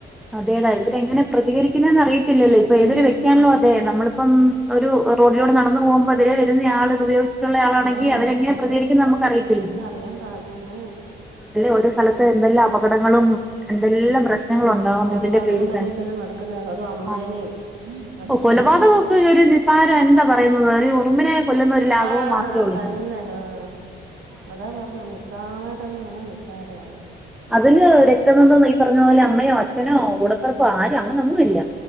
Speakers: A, in the centre; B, on the right.
A: അതെടാ ഇവരെങ്ങനെ പ്രതികരിക്കുന്നെന്ന് അറിയത്തില്ലല്ലോ ഇപ്പൊ
B: ഉം
A: ഏതൊരു വ്യക്തിയാണെലു അതെ നമ്മളിപ്പം ഒരു റോഡിലൂടെ നടന്നു പോകുമ്പോൾ എതിരെ വരുന്നെ ആള് ഉപയോഗിച്ചിട്ടുള്ള ആളാണെങ്കിൽ
B: ആഹ്
A: അവരെങ്ങനെ
B: അതെ
A: പ്രതികരിക്കുംന്ന് നമ്മക്ക് അറിയത്തില്ലല്ലൊ
B: പ്രതികരിക്കാൻ അറിയാൻ പാ അത് തന്നെ
A: അതല്ലേ ഓരോസ്ഥലത്ത്
B: എന്ത്
A: എന്തെല്ലാം അപകടങ്ങളും എന്തെല്ലാം പ്രശ്നങ്ങളും
B: ഉം
A: ഉണ്ട്
B: കൊലപാതകം
A: ഇതിന്റെപേരിതന്നെ
B: വരെയൊക്കെയല്ലേ നടക്കുന്നത് അതും അമ്മേനെയും
A: ആ
B: അച്ഛനെയും
A: ഓ കൊലപാതകൊക്കെയൊരു നിസാരായ് എന്താ പറയുന്നത് ഒരു ഉറുമ്പിനെ കൊല്ലുന്ന ഒരു ലാഘവം
B: ആഹ്
A: മാത്രേ ഉള്ളു
B: തന്നെ
A: <unintelligible>
B: ആഹ് അതാ പറഞ്ഞെ നിസ്സാരംന്ന് പറഞ്ഞാ നിസ്സാരാണ്.
A: അതില് രക്തബന്ധംന്നോ ഈ പറഞ്ഞ പോലെ അമ്മയോ അഛ അച്ഛനോ കൂടപ്പെറപ്പോ
B: അച്ച
A: ആരും അങ്ങനൊന്നുംല്ല.